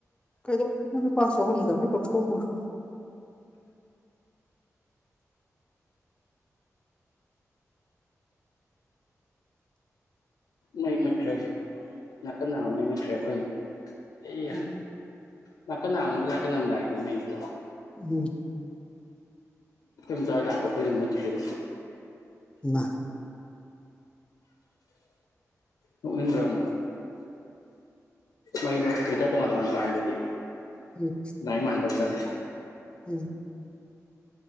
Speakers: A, on the left; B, on the left.
A: ꯀꯩꯗꯧꯅꯤ ꯂꯨꯄꯥ ꯆꯍꯨꯝ ꯆꯥꯝꯕꯔ꯭ꯤ ꯈꯛ ꯈꯣꯝꯃꯒ
B: ꯃꯩ ꯃꯨꯠꯈ꯭ꯔꯦ ꯅꯥꯀꯟ ꯅꯥꯝ ꯃꯩ ꯃꯨꯠꯈ꯭ꯔꯦ ꯑꯩꯈꯣꯏ ꯏ
A: ꯎꯝ
B: ꯅꯥꯀꯜ ꯅꯥꯝꯃ ꯃꯨꯠꯂ ꯅꯥꯀꯟ ꯑꯝ ꯂꯥꯛꯏꯅꯦ ꯃꯩꯖꯤꯕꯣ꯫
A: ꯎꯝ꯫
B: ꯑꯈꯣꯏ ꯏꯟꯗꯣꯝꯆꯍꯣꯏ ꯂꯛꯄ ꯑꯈꯣꯏꯗꯤ ꯃꯨꯠꯈꯔ꯭ꯤꯕ꯫
A: ꯏꯃꯥ
B: ꯅꯣꯛꯅꯤꯡꯗ꯭ꯔꯣ ꯌꯥꯝꯅ ꯃꯩꯗꯣ ꯃꯤꯇꯔ ꯇꯣꯉꯥꯟ ꯇꯣꯉꯥꯟ ꯄꯥꯟꯕꯒꯤ
A: ꯎꯝ
B: ꯂꯥꯏꯟ ꯃꯅꯥꯗꯕꯗꯅꯤ <inaudible>
A: ꯎꯝ